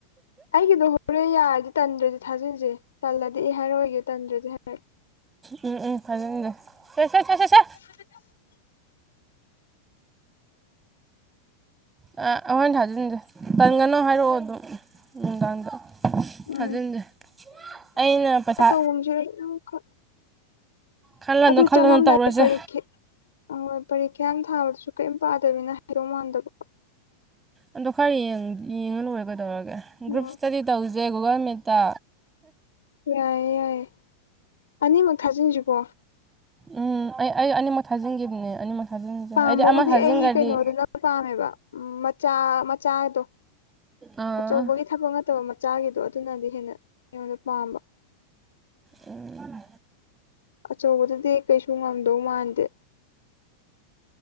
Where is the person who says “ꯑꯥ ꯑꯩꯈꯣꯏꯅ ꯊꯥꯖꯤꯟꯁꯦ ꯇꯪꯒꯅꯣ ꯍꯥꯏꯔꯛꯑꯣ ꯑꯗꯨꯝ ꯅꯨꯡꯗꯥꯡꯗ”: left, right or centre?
Right